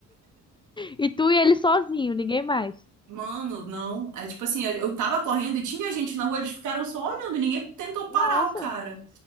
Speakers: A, on the left; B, on the right.
A: E tu e ele sozinho, ninguém mais.
B: Mano, não. É tipo assim, eu eu tava correndo e tinha gente na rua, eles ficaram só olhando, ninguém tentou
A: Nossa.
B: parar o cara.